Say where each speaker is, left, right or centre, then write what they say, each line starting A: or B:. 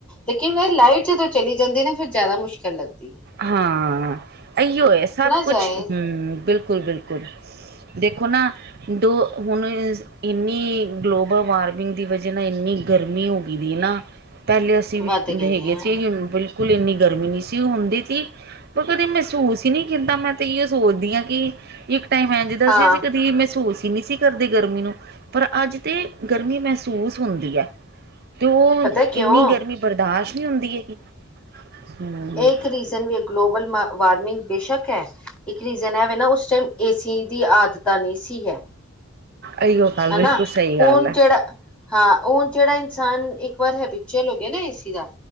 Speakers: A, in the centre; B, on the right.
A: ਲੇਕਿਨ ਫੇਰ ਲਾਈਟ ਜਦੋਂ ਚਲੀ ਜਾਂਦੀ ਏਨਾ ਫੇਰ ਜੈਦਾ ਮੁਸ਼ਕਿਲ ਲੱਗਦੀ ਏ।
B: ਹਾਂ, ਅਇਓ ਏ ਸਭ ਕੁਛ--ਹੂੰ,
A: ਜਾਏ
B: ਬਿਲਕੁਲ-ਬਿਲਕੁਲ। ਦੇਖੋ ਨਾ ਦੋ ਹੁਣ ਇੰਨੀ ਗਲੋਬਲ ਵਾਰਮਿੰਗ ਦੀ ਵਜ੍ਹਾ ਨਾਲ ਇੰਨੀ ਗਰਮੀ ਹੋਗੀ ਦੀ ਨਾ ਪੈਲੇ ਅਸੀਂ ਵੀ
A: ਵੱਧ ਗਈ
B: ਹੈਗੇ
A: ਹੈ ਹਾਂ
B: ਸੀ ਬਿਲਕੁਲ ਇੰਨੀ ਗਰਮੀ ਨੀ ਸੀ ਹੁੰਦੀ। ਤੀ ਮੈਂ ਕਦੇ ਮੈਸੂਸ ਈ ਨੀ ਕੀਤਾ। ਮੈਂ ਤੇ ਅਈਓ ਸੋਚਦੀ ਆ ਕਿ ਇੱਕ ਟਾਈਮ ਐੈਂਝ ਦਾਂ
A: ਹਾਂ
B: ਸੀ ਅਸੀ ਕਦੀ ਮੈਸੂਸ ਈ ਨੀ ਸੀ ਕਰਦੇ ਗਰਮੀ ਨੂੰ। ਪਰ ਅੱਜ ਤੇ ਗਰਮੀ ਮੈਸੂਸ ਹੁੰਦੀ ਐ। ਤੇ ਓਹ
A: ਪਤਾ ਕਿਉਂ
B: ਇੰਨੀ ਗਰਮੀ ਬਰਦਾਸ਼ ਨੀ ਹੁੰਦੀ ਹੈਗੀ। ਹਮ
A: ਏਹ ਇੱਕ ਰੀਜ਼ਨ ਵੀ ਏ ਗਲੋਬਲ ਵਾਰਮਿੰਗ ਬੇਸ਼ੱਕ ਹੈ, ਇੱਕ ਰੀਜ਼ਨ ਐ ਵੇ ਨਾ ਉਸ ਟੈਮ ਏ ਸੀ ਦੀ ਆਦਤਾਂ ਨੀ ਸੀ ਹੈ।
B: ਇਹੀਓ ਗੱਲ
A: ਹਨਾ,
B: ਬਿਲਕੁਲ ਸਹੀ
A: ਹੁਣ
B: ਗੱਲ ਹੈ।
A: ਜੇੜਾ ਹਾਂ, ਉਣ ਜੇੜਾ ਇਨਸਾਨ ਇੱਕ ਵਾਰ ਹੈਬਿਚਲ ਹੋ ਗਿਆ ਨਾ ਏਸੀ ਦਾ